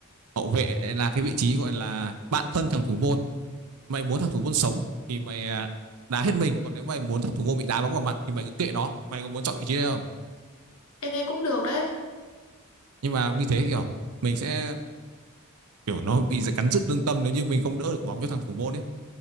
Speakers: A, on the right (about 80°); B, on the left (about 70°).
A: hậu vệ là cái vị trí gọi là bạn thân thằng thủ môn mày muốn thằng thủ môn sống thì mày à, đá hết mình còn nếu mày muốn thằng thủ môn bị đá bóng vào mặt thì mày cứ kệ nó mày có muốn chọn vị trí đấy không
B: em nghe cũng được đấy.
A: nhưng mà như thế kiểu mình sẽ kiểu nó bị cắn rứt lương tâm nếu như mình không đỡ được bóng cho thằng thủ môn ấy